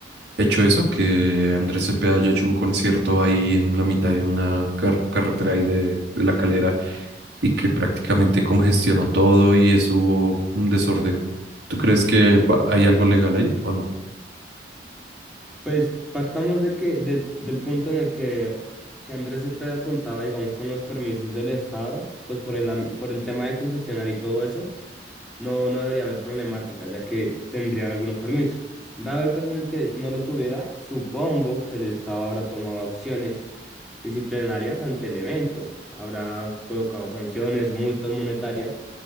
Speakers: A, on the right; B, in the centre.
A: hecho eso, que Andrés Cepeda haya hecho un concierto ahí en la mitad de una car- carretera ahí de, de La Calera y que prácticamente congestionó todo y eso hubo un desorden. ¿Tú crees que va- hay algo legal ahí o no?
B: Pues partamos de que, de- del punto en el que si Andrés Cepeda contaba, digamos, con los permisos del Estado, pues por el, am- por el tema de congestionar y todo eso, no, no debería haber problemática, ya que tendrían algunos permisos. Dado el caso en el que este no lo tuviera, supongo que el Estado habrá tomado acciones disciplinarias ante el evento. Habrá colocado sanciones, multas monetarias